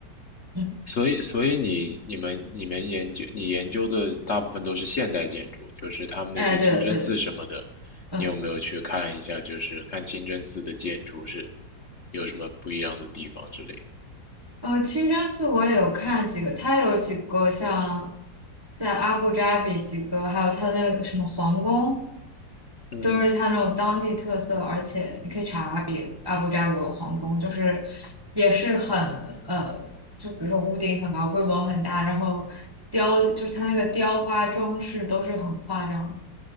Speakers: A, on the right; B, on the left.
A: 嗯，
B: 所以，所以你、你们、你们研究、你研究的大部分都是现代建筑，就是他们那些清真寺什么的，
A: 哎，对的对的，嗯。
B: 你有没有去看一下？就是看清真寺的建筑是有什么不一样的地方之类的。
A: 呃，清真寺我也有看几个，它有几个像在阿布扎比几个，还有它那个什么皇宫，
B: 嗯
A: 都是它那种当地特色，而且你可以查阿比阿布扎比有皇宫，就是也是很呃，就比如说屋顶很高，规模很大，然后雕就是它那个雕花装饰都是很夸张的。